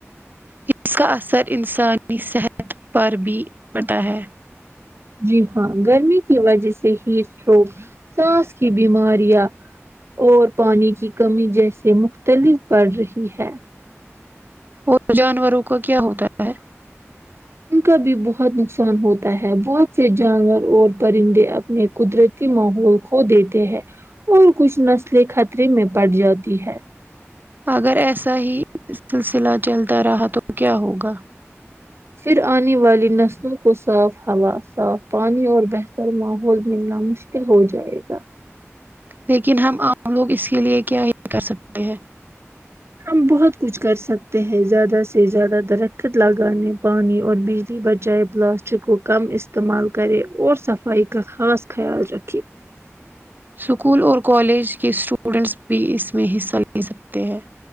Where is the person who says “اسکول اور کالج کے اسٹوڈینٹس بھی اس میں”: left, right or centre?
Right